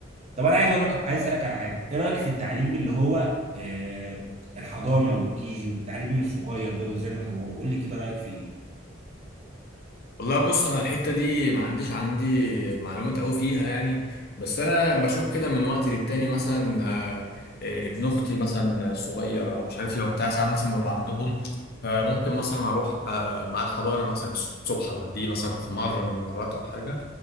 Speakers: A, on the right; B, on the left.
A: طب انا عايز اقول لك عايز اسالك على حاجة ايه رأيك في التعليم اللي هو آه الحضانة والكيجي والتعليم الصغير ده وازاي نطوره قول لي كده رأيك فيه ايه
B: والله بص انا الحته دي ما عنديش عندي معلومات قوي فيها يعني بس انا بشوف كده من وقت للتاني مثلا آه، آه، ابن اختي مثلا صغير او مش عارف ايه وبتاع ساعات مثلا ببقى عندهم فممكن مثلا اروح آه، مع الحضانه مثلا الصبح اوديه مثلا في مره من المرات او حاجه